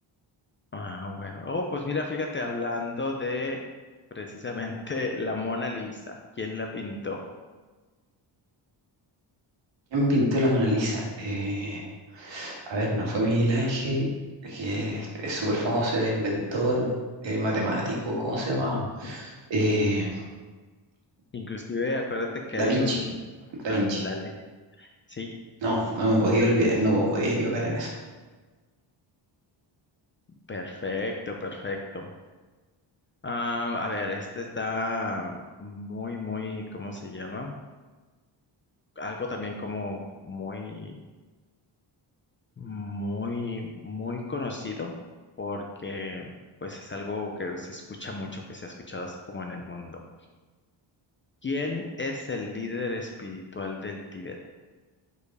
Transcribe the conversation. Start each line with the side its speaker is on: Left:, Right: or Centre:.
Left: Ah, bueno. Oh, pues mira, fíjate, hablando de precisamente <laughs> la Mona Lisa, ¿quién la pintó?
Right: ¿Quién pintó la Mona Lisa? Eh, a ver, no fue Miguel Ángel, que es es súper famoso, era inventor, eh, matemático, ¿cómo se llama?
Left: Ujú.
Right: Eh,
Left: Inclusive, acuérdate que
Right: Da
Left: hay
Right: Vinci,
Left: un...
Right: Da
Left: Ándale.
Right: Vinci.
Left: Sí,
Right: No, no me podía olvidar, no me podía equivocar en eso.
Left: perfecto, perfecto. Ah, a ver, este está muy, muy, ¿cómo se llama? Algo también como muy, muy, muy conocido, porque pues es algo que se escucha mucho, que se ha escuchado así como en el mundo. ¿Quién es el líder espiritual del Tíbet?